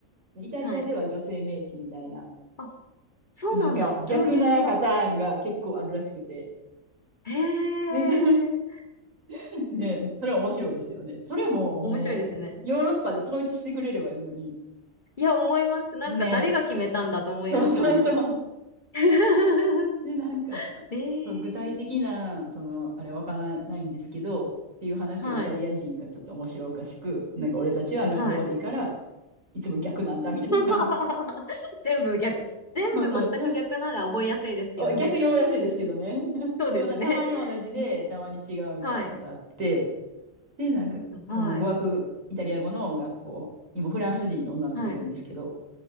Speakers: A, on the right (about 70°); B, on the left (about 35°).
A: イタリアでは女性名詞みたいな、
B: はい。あ、そうなんだ。
A: なんか逆なパターンが結構あるらしくて。
B: そういう違いも。へえ。
A: <laughs> ね、それ <laughs> ね、それは面白いですよね。それももう、
B: 面白いですよね。
A: ヨーロッパで統一してくれればいいのに。
B: いや、思います。なんか誰が決めたんだと思いますよね。
A: ね、そうそうそう。
B: <laughs>
A: で、なんか、
B: えー、
A: そう、具体的な、その、あれわからないんですけど、っていう話をイタリア人がちょっと面白おかしく、
B: はい、
A: なんか俺たちは仲が悪いから、
B: はい。
A: いつも逆なんだみたいな。
B: <laughs> 全部逆。
A: <laughs>
B: 全部全く逆なら覚えやすいですけどね。
A: そうそう。お逆に覚えやすいですけどね。
B: <laughs>
A: <laughs>
B: そうですね。
A: でもな、たまに同じで、
B: えー、
A: たまに違うみたいなのがあって、
B: はい。
A: で、なんか、
B: なんだ、はい。
A: その語学、イタリア語の学校にもフランス人の女の子いるんですけど、
B: はい。